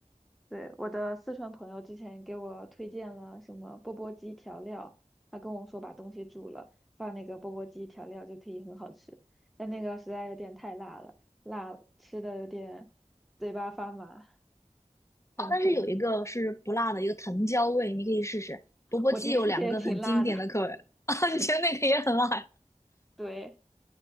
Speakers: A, in the centre; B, on the left.
A: 对，我的四川朋友之前给我推荐了什么钵钵鸡调料，他跟我说把东西煮了，放那个钵钵鸡调料就可以很好吃，但那个实在有点太辣了，辣吃的有点嘴巴发麻，很疼。
B: 但是有一个是不辣的，一个藤椒味，你可以试试。钵钵鸡有两个很经典的口味
A: 我觉得那个也挺辣的。<laughs>
B: <laughs> 啊，你觉得那个也很辣？
A: 对，